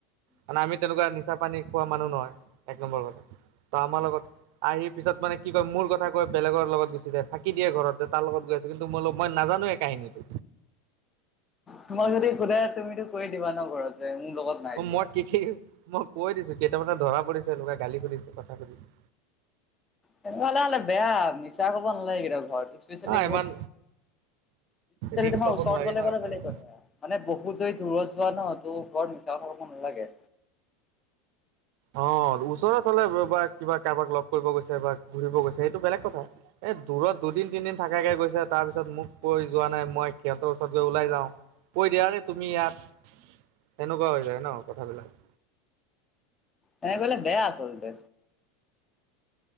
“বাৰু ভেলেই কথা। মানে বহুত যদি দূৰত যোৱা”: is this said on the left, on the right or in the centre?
Left